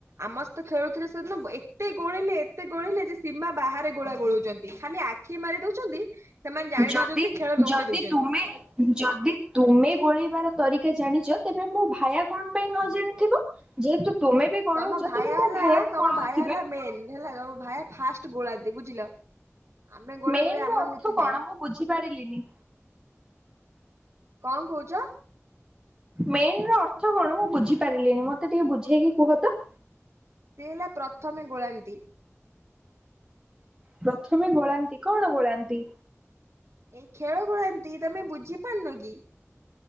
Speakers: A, on the right; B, on the right.
A: ଆମ ସହିତ ଖେଳୁଥିଲେ ସେଦିନ ଏତେ ଗୋଳେଇଲେ ଏତେ ଗୋଳେଇଲେ ଯେ ସୀମା ବାହାରେ ଗୋଳା ଗୋଳଉଛନ୍ତି, ଖାଲି ଆ ଖି ମାରି ଦଉଛନ୍ତି ସେମାନେ ଜାଣି
B: ଯଦି
A: ଦଉଛନ୍ତି ଖେଳ ନୋଉଟେଇ
B: ଯଦି
A: ଦଉଛନ୍ତି।
B: ତୁମେ ଯଦି ତୁମେ ଗୋଳେଇବାର ତରିକା ଜାଣିଚ, ତେବେ ମୋ ଭାୟା କଣ ପାଇଁ ନ ଜାଣିଥିବ? ଯେହେତୁ ତୁମେ ବି ଗୋଳଉଛ
A: ତମ ଭାଇଆ
B: ତେବେ ମୋ
A: ହେଲା
B: ଭାୟା ବି
A: ତମ
B: ଗୋଳଉଥିବେ।
A: ଭାଇଆ ହେଲା ମେନ୍ ହେଲା, ତମ ଭାଇଆ ଫାଷ୍ଟ ଗୋଳାନ୍ତି ବୁଝିଲ, ଆମେ ଗୋଳା
B: ମେନ୍
A: ଗୋଳି ଆମର
B: ର ଅର୍ଥ
A: ନୀତି
B: କଣ
A: ନାହିଁ।
B: ମୁଁ ବୁଝିପାରିଲିନି
A: କଁ କହୁଚ?
B: ମେନ ର ଅର୍ଥ କଣ ମୁଁ ବୁଝିପାରିଲିନି, ମୋତେ ଟିକେ ବୁଝେଇକି କୁହତ?
A: ସିଏ ହେଲା ପ୍ରଥମେ ଗୋଳାନ୍ତି।
B: ପ୍ରଥମେ ଗୋଳାନ୍ତି, କଣ ଗୋଳାନ୍ତି?
A: ଏଇ ଖେଳ ଗୋଳାନ୍ତି ତମେ ବୁଝି ପାରୁନ କି?